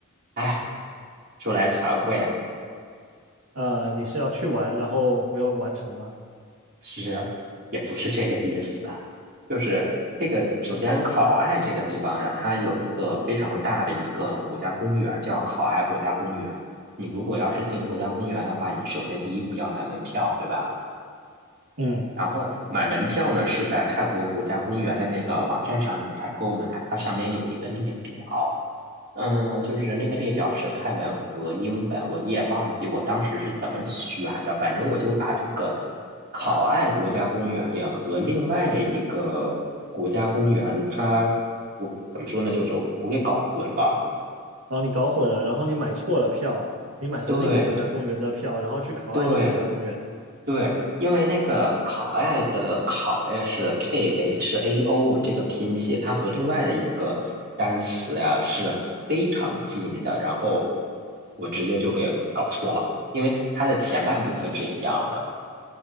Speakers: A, on the right; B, on the right.
A: 哎，说来惭愧啊。
B: 呃，你是要去玩，然后没有完成吗？
A: 是，也不是这个意思啊，就是这个首先考爱这个地方呀，它有一个非常大的一个国家公园叫考爱国家公园。你如果要是进国家公园的话，你首先第一步要买门票，对吧？
B: 嗯，
A: 然后买门票呢是在泰国国家公园的那个网站上你来购买，它上面有一个列表，嗯，就是那个列表是泰文和英文，我也忘记我当时是怎么选的。反正我就把这个考爱国家公园呀和另外的一个国家公园，它我怎么说呢？就是我给搞混了。
B: 然后你搞混了，然后你买错了票，你买成那个国家公园的票，
A: 对
B: 然后去考爱的国家公园，
A: 对，对，因为那个考爱的考呀是 K H A O 这个拼写，它和另外的一个单词呀是非常近的，然后我直接就给搞错了，因为它的前半部分是一样的，